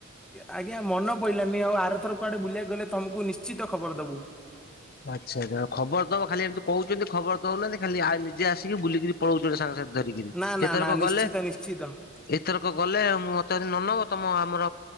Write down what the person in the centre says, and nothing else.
ଆଜ୍ଞା ମନ ପଇଲାନି ଆଉ ଆରଥର କୁଆଡେ ବୁଲିବାକୁ ଗଲେ ତମକୁ ନିଶ୍ଚିତ ଖବର ଦବୁ।
ନା ନା
ନା ନିଶ୍ଚିତ
ନିଶ୍ଚିତ।